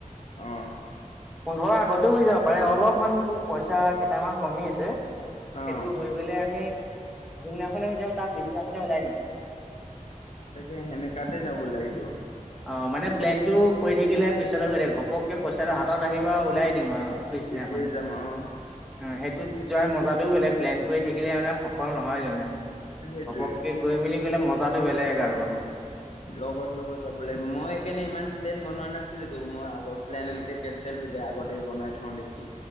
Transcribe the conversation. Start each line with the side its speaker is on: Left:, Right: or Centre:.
Left: আহ
Centre: পোন্ধৰ আগতে হৈ যাব পাৰে অলপমান পইচা কেইটামান কমি আছে
Left: অ',
Centre: সেইটো হৈ গলে আমি যোনদিনাখনে হৈ যাব তাক পিছদিনাখনে ওলাই দিম
Left: তাকে সেনেকাতে যাব লাগিব।
Centre: অ মানে প্লেনটো কৈ থাকিলে পিছলৈ গৈ থাক ঘপকে পইচাটো হাতত আহি ওলাই দিম আৰু পিছদিনাখন
Left: তেতিয়াই যাম আৰু
Centre: অ ত যোৱাৰ মজাটোও বেলে প্লেন কৰি থাকিলে মানে সফল নহয়গে মানে।
Left: সেইটোৱে।
Centre: ঘপককে গৈ মেলি গ'লে মজাটো বেলেগ আৰু মানে।
Left: লগত লগত যাব মই কেনে ইমান প্লেন বনোৱা নাছিলো তো মই আগৰ প্লেন এনেকে কেনচেল হৈ যায় আগতেই বনাই থওঁ দেখি